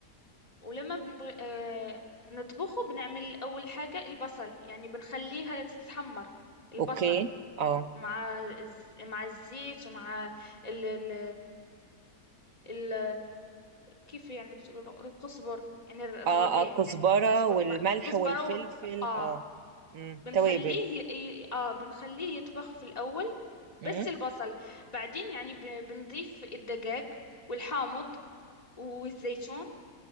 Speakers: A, on the left (about 20°); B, on the right (about 55°).
A: ولما بنبغ... آه... نطبخه بنعمل أول حاجة البصل يعني بنخليها تتحمر البصل
B: اوكي اه
A: مع الز... مع الزيت ومع ال... ال... ال... كيف يعني بتقولوا له؟ القصبر يعني الر- الربيع
B: اه اه الكزبرة
A: يعني قصبر
B: والملح
A: مع... كزبرة
B: والفلفل
A: و... اه
B: اه امم
A: بنخليه
B: توابل
A: ي... ي- اه بنخليه يطبخ في الأول
B: امم
A: بس البصل بعدين يعني ب... بنضيف الدجاج والحامض والزيتون